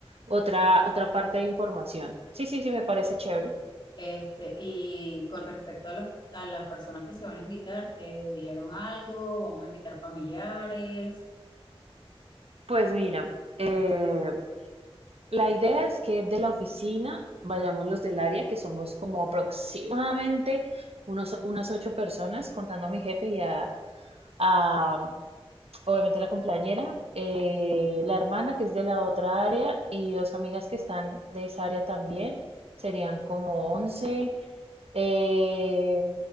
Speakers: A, on the right (about 75°); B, on the left (about 45°).
A: Otra, otra parte de información. Sí, sí, sí, me parece chévere.
B: Este, y con respecto a los, a las personas que se van a invitar, ¿te dijeron algo? ¿Vamos a invitar familiares?
A: Pues mira, eh, la idea es que de la oficina vayamos los del área, que somos como aproximadamente unos, unas ocho personas, contando a mi jefe y a, a, obviamente la compañera, eh, la hermana que es de la otra área y dos amigas que están de esa área también, serían como once. Eh,